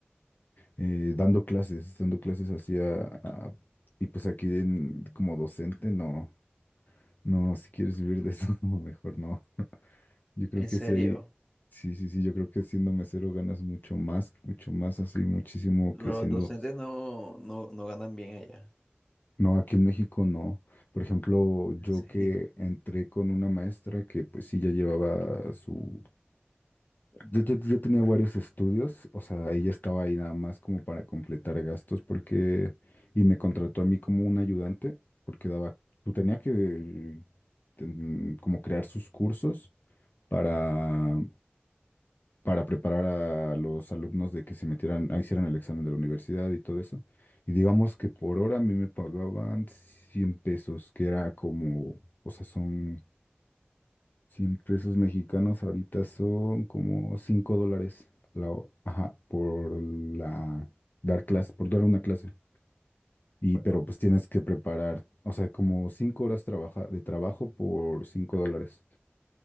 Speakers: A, on the left; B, on the left.
A: eh, dando clases, dando clases así a, a- y pues aquí en- como docente, no, no, si quieres vivir de eso, <laughs> no, mejor no. Yo creo
B: en
A: que
B: serio,
A: sí hay, sí, sí, sí, yo creo que siendo mesero ganas mucho más, mucho más así, muchísimo
B: los
A: que siendo...
B: docentes
A: doc-
B: no, no, no ganan bien allá.
A: No, aquí en México no. Por ejemplo,
B: En
A: yo
B: serio.
A: que entré con una maestra que pues sí ya llevaba su Yo, yo- yo tenía varios estudios, o sea, ella estaba ahí nada más como para completar gastos porque, y me contrató a mí como un ayudante, porque daba, tú tenía que ten- como crear sus cursos para, para preparar a los alumnos de que se metieran, a hicieran el examen de la universidad y todo eso. Y digamos que por hora a mí me pagaban 100 pesos, que era como, o sea, son 100 pesos mexicanos ahorita son como 5 dólares la, ho- ajá, por la dar clase, por dar una clase. Y
B: Bueno,
A: pero pues tienes que preparar, o sea, como 5 horas trabaja, de trabajo por 5 dólares.